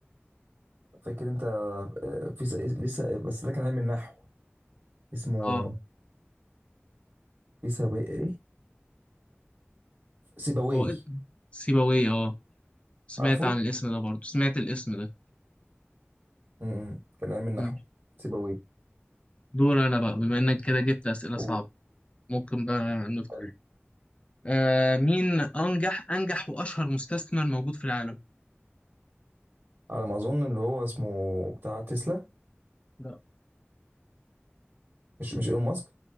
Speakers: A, on the right; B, on the left.
A: فاكر انت آه، في س- لسه بس ده كان علم النحو اسمه
B: أه
A: في سابق ايه سيبويه
B: هو سيبويه اه سمعت
A: عارفه
B: عن الاسم ده برضه سمعت الاسم ده
A: امم كان علم النحو
B: مم.
A: سيبويه
B: دور انا بقى بما انك كده جبت اسئله
A: قول
B: صعبه ممكن بقى ندخل
A: حلو.
B: آه مين انجح انجح واشهر مستثمر موجود في العالم
A: على ما اظن اللي هو اسمه بتاع تسلا
B: لا
A: مش مش ايلون ماسك